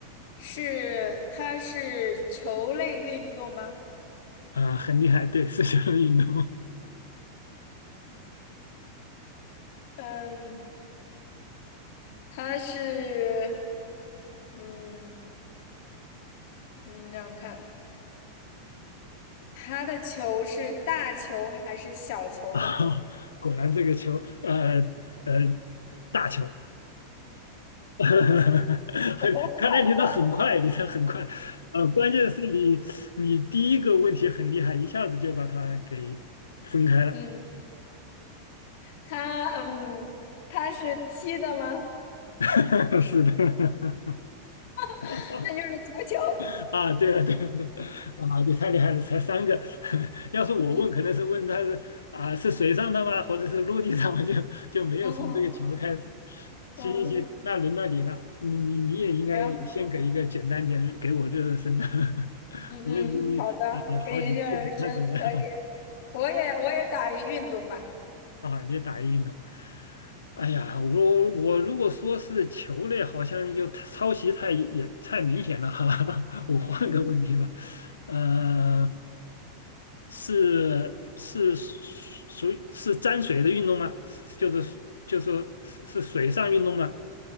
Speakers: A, on the left (about 50°); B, on the left (about 70°).
A: 是它是球类运动吗？
B: 啊，很厉害，对，是球类运动。<laughs>
A: 嗯，他是，嗯嗯，让我看，他的球是大球还是小球呢？
B: 啊，果然这个球，呃呃，大球，<laughs>
A: <laughs>
B: 很，
A: 哦，好的，
B: 看来你的很快，你的很快。呃，关键是你你第一个问题很厉害，一下子就把它给分开了。
A: 嗯，他嗯，他是踢的吗？
B: 嗯，<laughs> 是的。
A: <laughs>
B: <laughs>
A: 那就是足球。
B: <laughs> 啊，对啊，对啊，对啊，啊你太厉害了，才三个。<laughs> 要是我问，
A: <laughs> 嗯
B: 可能是问他是啊是水上的吗，或者是陆地上吗？<laughs> 就就没有从这个球开始。
A: 嗯
B: 行行行，
A: 嗯，
B: 那轮到你了，你你你也应该先给一个简单点，
A: 行，
B: 给我热热身啊。<laughs>
A: 嗯嗯，
B: 我已经呃好几次没猜出来了。
A: 好的，给你热热身，可以。我也我也打一运动吧。
B: 啊，你打运动。哎呀，我我如果说是球类，好像又太抄袭太也太明显了哈。<laughs> 我换个问题吧，
A: 嗯，
B: 呃，是是属于是沾水的运动吗？是就是就是说是是水上运动吗？